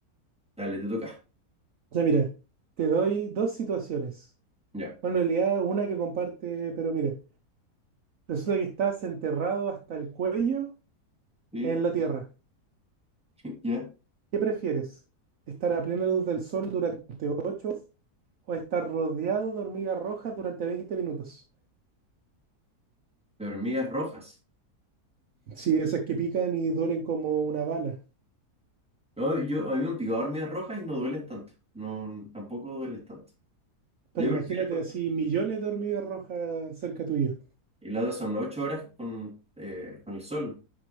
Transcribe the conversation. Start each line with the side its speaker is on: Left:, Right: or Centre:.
Centre: Dale, te toca.
Right: Ya mira, te doy dos situaciones.
Centre: Ya.
Right: Bueno, en realidad una que comparte, pero mira, resulta que estás enterrado hasta el cuello
Centre: Sí,
Right: en la tierra.
Centre: <laughs> ya.
Right: ¿Qué prefieres? ¿Estar a plena luz del sol durante ocho horas o estar rodeado de hormigas rojas durante 20 minutos?
Centre: de hormigas rojas.
Right: Sí, esas que pican y duelen como una bala.
Centre: No, yo, a mí me han picado hormigas rojas y no duelen tanto. No, tampoco duelen tanto.
Right: Pero
Centre: Yo
Right: imagínate
Centre: prefiero,
Right: así millones de hormigas rojas cerca tuyo.
Centre: y la otras son ocho horas con, eh, con el sol,